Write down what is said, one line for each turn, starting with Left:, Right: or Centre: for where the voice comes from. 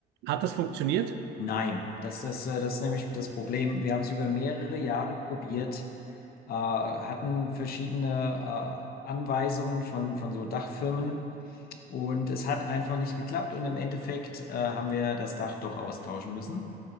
Right: Hat das funktioniert?
Left: Nein, das ist, äh, das ist nämlich das Problem. Wir haben es über mehrere Jahre probiert, äh, hatten verschiedene äh, Anweisungen von, von so Dachfirmen und es hat einfach nicht geklappt und im Endeffekt äh, haben wir das Dach doch austauschen müssen.